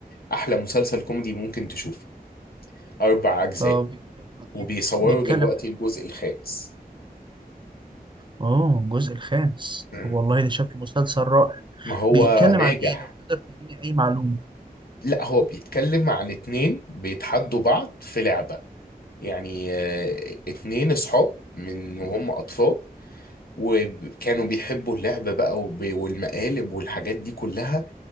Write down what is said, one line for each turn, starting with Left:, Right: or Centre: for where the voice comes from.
Left: احلى مسلسل كوميدي ممكن تشوفه اربع اجزاء
Right: طب بيتكلم عن
Left: وبيصوروا
Right: ايه بيتكلم
Left: دلوقتي الجزء الخامس
Right: اه الجزء الخامس
Left: مم.
Right: طب والله ده شكله مسلسل رائع
Left: ما هو
Right: بيتكلم
Left: ناجح
Right: عن ايه لو تقدر تديني اي معلومة
Left: لا هو بيتكلم عن اتنين بيتحدوا بعض في لعبة يعني آه، اتنين اصحاب من وهم اطفال وكانوا بيحبوا اللعب بقى وب- والمقالب والحاجات دي كلها